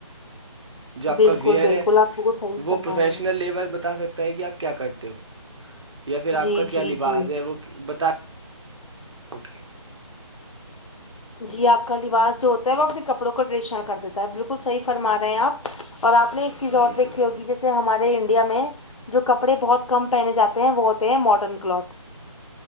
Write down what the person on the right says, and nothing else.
جو آپ
کا ویئر
ہے
وہ
پروفیشنل
لیول بتا سکتا ہے کہ آپ کیا کرتے ہو یا پھر آپ
کا کیا
لباس
ہے وہ بتا رہ <unintelligible>
جی
جی